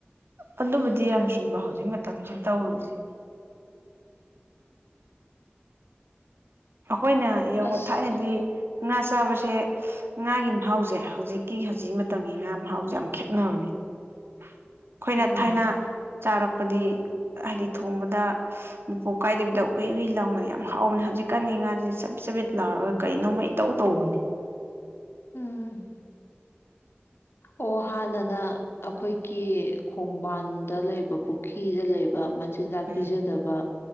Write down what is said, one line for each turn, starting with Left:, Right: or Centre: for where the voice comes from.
Right: ꯑꯗꯨꯕꯨꯗꯤ ꯌꯥꯝ ꯆꯨꯝꯕ ꯍꯧꯖꯤꯛ ꯃꯇꯝꯁꯦ ꯇꯧꯔꯤꯁꯦ ꯑꯩꯈꯣꯏꯅ ꯌꯦꯡꯉ
Left: ꯑꯁ
Right: ꯊꯥꯏꯅꯗꯤ ꯉꯥ ꯆ ꯆꯥꯕꯁꯦ ꯉꯥꯒꯤ ꯃꯍꯥꯎꯁꯦ ꯍꯧꯖꯤꯛꯀꯤ ꯍꯧꯖꯤꯛ ꯃꯇꯝꯒꯤ ꯉꯥ ꯃꯍꯥꯎꯁꯦ ꯌꯥꯝ ꯈꯦꯠꯅꯕꯅꯤ ꯑꯩꯈꯣꯏꯅ
Left: ꯎꯝ
Right: ꯊꯥꯏꯅ ꯆꯥꯔꯛꯄ ꯄꯗꯤ ꯍꯥꯏꯗꯤ ꯊꯣꯡꯕꯗ ꯃꯄꯣꯛ ꯀꯥꯏꯗꯕꯤꯗ ꯎꯏ ꯎꯏ ꯂꯥꯎꯅ ꯌꯥꯝ ꯍꯥꯎꯕꯅꯦ ꯍꯧꯖꯤꯛ ꯀꯥꯉ ꯉꯥꯁꯦ ꯆꯠ ꯆꯕꯤꯠ ꯂꯥꯎꯔꯒ ꯀꯩꯅꯣꯃ ꯏꯇꯧ ꯇꯧꯕꯅꯦ
Left: ꯎꯝ ꯑꯣ ꯍꯥꯟꯅꯅ ꯑꯩꯈꯣꯏꯒꯤ ꯈꯣꯡꯕꯥꯟꯗ ꯂꯩꯕ ꯄꯨꯈ꯭ꯔꯤꯗ ꯂꯩꯕ ꯆꯤꯟꯖꯥꯛ
Right: ꯎꯝ
Left: ꯄꯤꯖꯗꯕ ꯎ